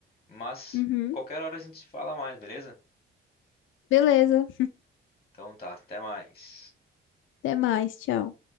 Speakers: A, on the left (about 30°); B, on the left (about 80°).
A: Mas
B: Uhum.
A: qualquer hora a gente se fala mais, beleza?
B: Beleza.
A: Então tá, até mais.
B: Até mais. Tchau.